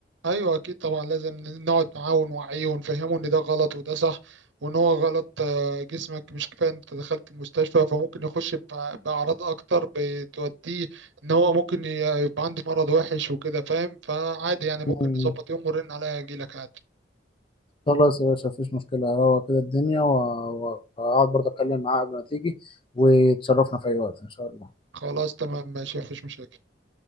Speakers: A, on the right; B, on the left.
A: ايوه اكيد طبعا لازم نقعد معاه ونوعيه ونفهمه ان ده غلط وده صح وان هو غلط آه، جسمك مش كفايه انت دخلت المستشفى فممكن يخش بأ- باعراض اكتر بتوديه ان هو ممكن ي- يبقى عنده مرض وحش وكده فاهم فعادي يعني ممكن
B: كده
A: نظبط يوم ونرن عليا اجيلك عادي
B: خلاص يا باشا مفيش مشكلة أروق كده الدنيا و- و- وأقعد برضه أتكلم معاه قبل ما تيجي وتشرفنا في أي وقت إن شاء الله
A: خلاص تمام ماشي مفيش مشاكل